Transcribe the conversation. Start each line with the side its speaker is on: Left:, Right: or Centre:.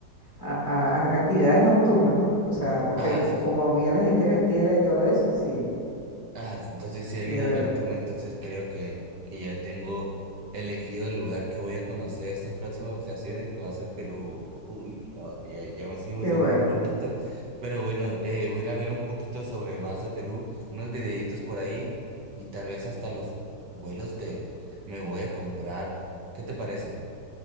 Left: a- a- a actividades nocturnas, ¿no? O sea, porque
Right: Ah,
Left: como vi a la gente vestida y todo eso, sí,
Right: Ah, entonces si hay
Left: de
Right: vida
Left: verdad.
Right: nocturna, entonces creo que, que ya tengo elegido el lugar que voy a conocer estas próximas ocasiones, que va a ser Perú. Uy, ah, ya, ya me estoy emocionando
Left: Qué bueno.
Right: un poquito, pero bueno, eh, voy a ir a ver un poquito sobre más de Perú, unos videitos por ahí y tal vez hasta los vuelos de me voy a comprar. ¿Qué te parece?